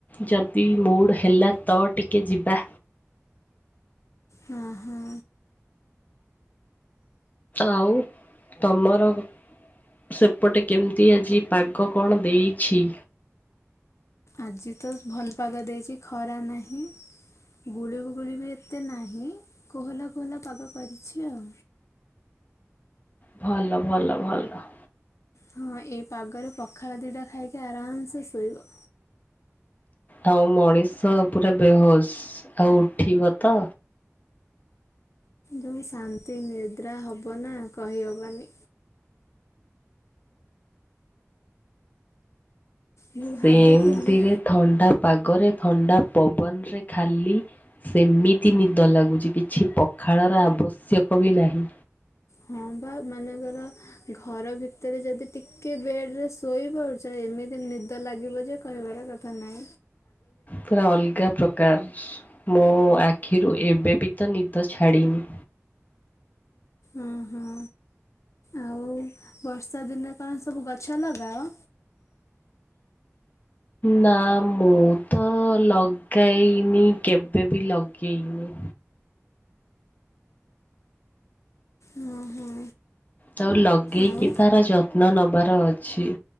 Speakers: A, on the left; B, on the left.
A: ଯଦି ମୁଡ୍ ହେଲା ତ ଟିକେ ଯିବା।
B: ହଁ ହଁ
A: ଆଉ ତମର ସେପଟେ କେମିତି ଆଜି ପାଗ କଣ ଦେଇଚି?
B: ଆଜି ତ ଭଲ ପାଗ ଦେଇଛି ଖରା ନାହିଁ। ଗୁଳୁ ଗୁଳି ବି ଏତେ ନାହିଁ କୋହଲା କୋହଲା ପାଗ କରିଚି ଆଉ।
A: ଭଲ ଭଲ ଭଲ।
B: ହଁ ଏ ପାଗରେ ପଖାଳ ଦୁଇଟା ଖାଇକି ଆରାମସେ ଶୋଇବ।
A: ଆଉ ମଣିଷ ପୁରା ବେହୋସ୍ ଆଉ ଉଠିବ ତ?
B: ଯୋଉ ଶାନ୍ତି ନିଦ୍ରା ହବ ନା କହି ହବନି। ମୁଁ
A: ସେମିତିରେ
B: ଭାବିଥିଲି
A: ଥଣ୍ଡା ପାଗରେ ଥଣ୍ଡା ପବନ ରେ ଖାଲି ସେମିତି ନିଦ ଲାଗୁଚି କିଛି ପଖାଳର ଆବଶ୍ୟକ ବି ନାହିଁ।
B: ହଁ ବା ମାନଙ୍କର ଘର ଭିତରେ ଯଦି ଟିକେ ବେଡ ରେ ଶୋଇବ ଏମିତି ନିଦ ଲାଗିବ ଯେ କହିବାର କଥା କନେ
A: ପୁରା ଅଲଗା ପ୍ରକାର ମୋ ଆଖିରୁ ଏବେ ବି ତ ନିଦ ଛାଡିନି।
B: ଓଁ ହଁ। ଆଉ ବର୍ଷା ଦିନେ କଣ ସବୁ ଗଛ ଲଗାଅ?
A: ନା ମୁଁ ତ ଲଗାଇନି କେବେ ବି ଲଗେଇନି।
B: ହଁ ହଁ।
A: ତାକୁ ଲଗେଇକି
B: ଆଉ
A: ତାର ଯତ୍ନ ନବାର ଅଛି।